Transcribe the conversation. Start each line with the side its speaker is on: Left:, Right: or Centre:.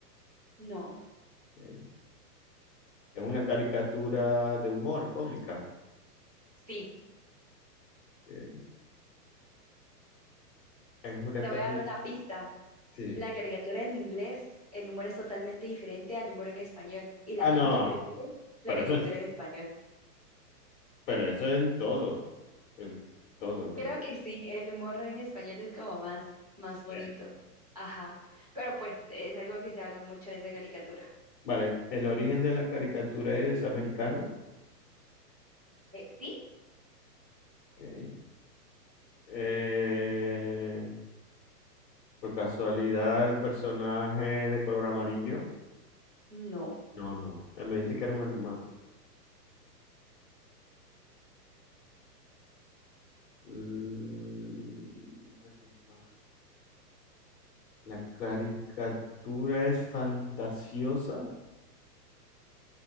Right: No,
Left: ok. Es una caricatura de humor cómica.
Right: sí.
Left: ok. Es una
Right: Te
Left: caricatura.
Right: voy a dar una pista.
Left: Sí.
Right: La caricatura en inglés, el humor es totalmente diferente al humor en español y la
Left: Ah,
Right: gente
Left: no,
Right: prefiere la
Left: pero
Right: caricatura
Left: eso es,
Right: en español.
Left: pero eso es en todo, en todo creo.
Right: Creo que sí, el humor en español es como más, más bonito.
Left: Eh.
Right: Ajá. Pero pues es algo que se habla mucho de esa caricatura.
Left: Vale, el origen de la caricatura es americano.
Right: Eh, ¿sí?
Left: ok. Eh, por casualidad, el personaje es de color amarillo.
Right: No.
Left: No, no, eh, me dijiste que era un animal.
Right: Sí.
Left: Mm, un animal. La caricatura es fantasiosa.